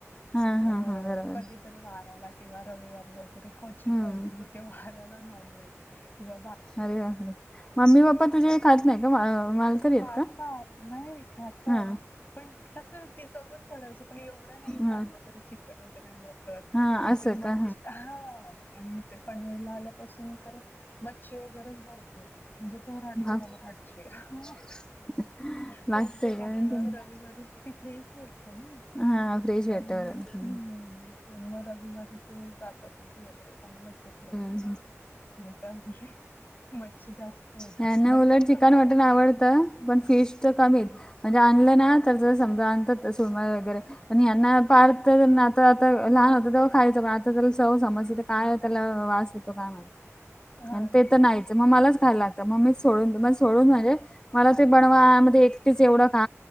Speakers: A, on the left; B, on the left.
A: हा
B: अ
A: हा हा बरोबर
B: कधीतरी वाराला किंवा रविवारी वगैरे क्वचित
A: हम्म
B: व्हायच इ ते वाराला नॉनव्हेज किंवा भा
A: अरे बापरे मम्मी पप्पा तुझे खात नाही का मा आहेत
B: खातात
A: का
B: नाही खातात
A: हा
B: पण कस ते चौघच पडायचं पण एवढं नाही ना
A: हा
B: आनल तरी चिकन वगैरे आल तर
A: हा
B: इथे
A: असं
B: मच्छ
A: का
B: हा आणि इथे पनवेला आल्यापासून तर मच्छी वगैरेच भरपूर म्हणजे दर आठवडाला
A: हा
B: मच्छी. हा.
A: <unintelligible>
B: प्रत्येक
A: लागतंय का
B: आठवड्या वर रविवारी ती फ्रेश भेटते ना.
A: हा फ्रेश
B: तर
A: भेटत
B: मग
A: हा.
B: हम्म मग रविवारी ते जातातच, घेऊन येतात, त्यांना मच्छीच लागते.
A: हम्म
B: मग त्यामध्ये मच्छी जास्त होते,
A: यांना
B: मटण
A: उलट चिकन
B: कमी
A: मटन
B: होतं.
A: आवडतं पण फीश तर कमीच म्हणजे आणलं ना तर समजा आणतात सोमवारी वगैरे पण यांना पार्थ त्यांना आता आता लहान होतं तेव्हा खायचं पण आता त्याला चव समजते काय त्याला वास देतो काय माहित
B: हा
A: आणि ते
B: का
A: तर नाही. मग मलाच खाय लागत मग मीच सोडून मग सोडून म्हणजे मला ते बनवा मग ते एकटीच एवढं खा,